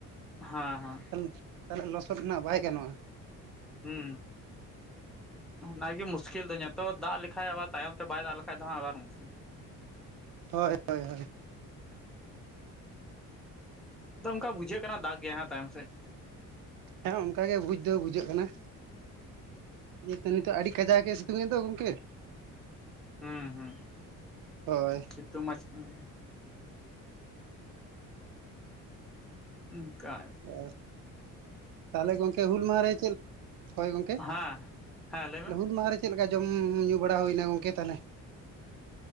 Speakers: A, in the centre; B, on the right (about 85°).
A: ᱦᱟᱸ ᱦᱟᱸ
B: ᱛᱟᱦᱚᱞᱮ ᱛᱟᱦᱚᱞᱮ ᱞᱚᱥᱚᱫ ᱨᱮᱱᱟᱜ ᱵᱟᱭ ᱜᱟᱱᱚᱜᱼᱟ ᱾
A: ᱦᱩᱸ ᱱᱚᱜ-ᱱᱚᱣᱟ ᱜᱮ ᱢᱩᱥᱠᱤᱞ ᱫᱚ, ᱧᱮᱛᱚᱜ ᱫᱟᱜ ᱞᱮᱠᱷᱟᱡ ᱟᱵᱟᱨ ᱛᱟᱭᱚᱢ ᱛᱮ ᱵᱟᱭ ᱫᱟᱜ ᱞᱮᱠᱷᱟᱡ ᱫᱚ ᱦᱟᱸᱜ ᱟᱵᱟᱨ ᱢᱩᱥᱠᱤᱞ ᱾
B: ᱦᱳᱭ ᱦᱳᱭ ᱦᱳᱭ
A: ᱛᱚ ᱚᱱᱠᱟ ᱵᱩᱡᱷᱟᱹᱜ ᱠᱟᱱᱟ ᱫᱟᱜ ᱜᱮᱭᱟ ᱦᱟᱸᱜ ᱛᱟᱭᱚᱢ ᱥᱮᱫ ᱾
B: ᱦᱮᱸ ᱚᱱᱠᱟ ᱜᱮ ᱵᱩᱡ ᱫᱚ ᱵᱩᱡᱷᱟᱹᱜ ᱠᱟᱱᱟ, ᱡᱮ ᱱᱤᱛᱚᱜ ᱟᱹᱰᱤ ᱠᱟᱡᱟᱠᱮ ᱥᱤᱛᱩᱝ ᱮᱫ ᱫᱚ ᱜᱚᱝᱠᱮ,
A: ᱦᱩᱸ ᱦᱩᱸ
B: ᱦᱳᱭ
A: ᱥᱤᱛᱩᱝ ᱢᱟᱭ ᱥᱤᱛᱩᱝ ᱚᱱᱠᱟ
B: ᱚ ᱛᱟᱦᱚᱞᱮ ᱜᱚᱝᱠ ᱦᱩᱞ ᱢᱟᱦᱟᱨᱮ ᱪᱮᱫ ᱦᱳᱭ ᱜᱚᱝᱠᱮ,
A: ᱦᱮᱸ ᱦᱮᱸ ᱞᱟᱹᱭ ᱢᱮ
B: ᱦᱩᱞ ᱢᱟᱦᱟ ᱨᱮ ᱪᱮᱫ ᱞᱮᱠᱟ ᱡᱚᱢ ᱧᱩ ᱵᱟᱲᱟ ᱦᱩᱭᱱᱟ ᱜᱚᱝᱠᱮ ᱛᱟᱦᱚᱞᱮ?